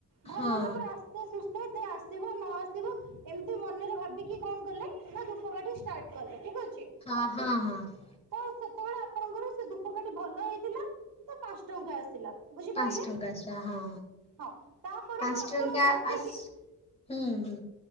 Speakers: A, on the right; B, on the left.
A: ଭଲରେ
B: ହଁ।
A: ପୁରା ସେ ସୁସ୍ଥ ଆସିବ ନ ଆସିବ ଏମିତି ମନରେ ଭାବିକି କଣ କଲେ <unintelligible> ନା ଦୂପକାଠି ଷ୍ଟାର୍ଟ କଲେ, ଠିକ୍ ଅଛି?
B: ହଁ, ହଁ, ହଁ।
A: ତ ସେତେବେଳେ ଆପଣଙ୍କର ସେ ଦୂପକାଟି ଭଲ ହେଇଥିଲା, ତ ପାଞ୍ଚ ଟଙ୍କା ଆସିଲା। ବୁଝିପାରିଲେ?
B: ପାଞ୍ଚ ଟଙ୍କା ଆସିଲା ହଁ
A: ହଁ, ତାପଠୁ
B: ପାଞ୍ଚ
A: ଆପଣ
B: ଟଙ୍କା
A: ଯେତିକି
B: ଆସ ହୁଁ ହୁଁ।